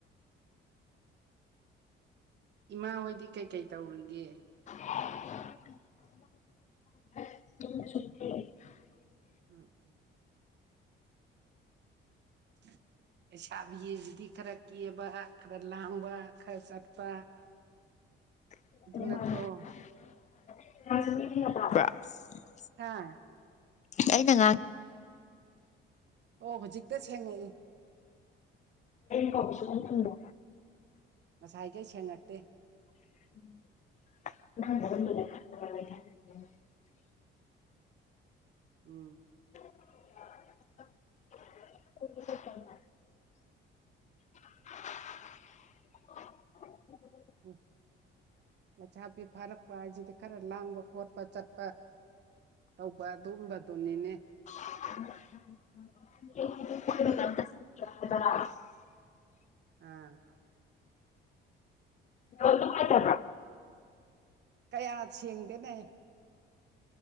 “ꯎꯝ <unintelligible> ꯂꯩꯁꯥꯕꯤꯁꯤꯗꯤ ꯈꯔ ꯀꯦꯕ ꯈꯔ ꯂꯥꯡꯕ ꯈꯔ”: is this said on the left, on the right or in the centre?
Right